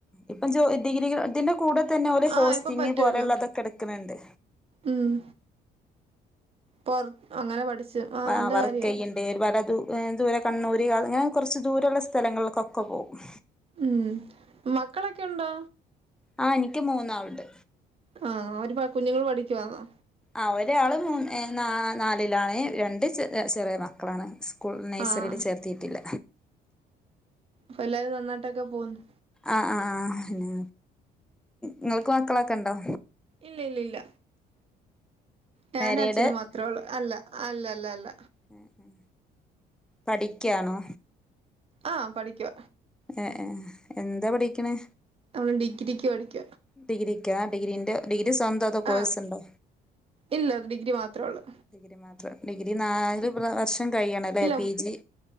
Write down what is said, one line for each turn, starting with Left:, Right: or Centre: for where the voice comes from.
Centre: ഇപ്പം ജോ ഡിഗ്രിക ഇതിന്റെ കൂടെ ത്തന്നെ
Right: ആഹ്
Centre: ഹോസ്റ്റിങ്
Right: ഇപ്പൊ പറ്റുവല്ലോ
Centre: പോലെള്ളതൊക്കെ എടുക്ക്ണണ്ട്
Right: ഉം പൊറ അങ്ങനെ പഠിച്ചു
Centre: ആഹ്
Right: നല്ല
Centre: വർക്ക്യ്യണ്ട്
Right: കാര്യായി
Centre: ഒരുപലതു ഏഹ് ദൂരെ കണ്ണൂര് അങ്ങനെ കുറച്ച് ദൂരള്ള സ്ഥലങ്ങൾക്കൊക്കെ പോകും
Right: ഉം മക്കളൊക്കെ ഉണ്ടോ?
Centre: ആഹ് എനിക്ക് മൂന്നാള്ണ്ട്
Right: ആഹ് അവര് പ കുഞ്ഞുങ്ങൾ പഠിക്കവാന്നോ
Centre: ആഹ് ഒരാള് മൂന്ന് ഏഹ് നാ നാലിലാണ് രണ്ട് ചെർ ചെറിയ മക്കളാണ് ക്കും നൈസറില്
Right: ആഹ്
Centre: ചേർത്തീട്ടില്ല
Right: പ്പ എല്ലാരും നന്നായിട്ടൊക്കെ പോകുന്നു
Centre: ആഹ് ആഹ് ആഹ് പിന്നെ നിങ്ങൾക്ക് മക്കളൊക്കെ ഉണ്ടോ
Right: ഇല്ല ഇല്ല ഇല്ല ഞാനും
Centre: മാരീഡ്
Right: അച്ഛനും മാത്രേള്ളൂ അല്ല അല്ല അല്ല അല്ല
Centre: ഉം ഉം പഠിക്കാണോ
Right: ആഹ് പഠിക്കുവ
Centre: ഏ ഏഹ് എന്താ പഠിക്ക്ണെ
Right: അവ് ഡിഗ്രിക്ക് പഠിക്ക
Centre: ഡിഗ്രിക്കാ ഡിഗ്രീന്റെ ഡിഗ്രി സ്വന്ത അതോ കോഴ്സുണ്ടോ
Right: ആഹ് ഇല്ല ഡിഗ്രി മാത്രേ ഒള്ളൂ
Centre: ഡിഗ്രി മാത്രം ഡിഗ്രി നാല് പ്രാ വർഷം കഴിയണംല്ലേ
Right: ഇല്ല
Centre: പി ജി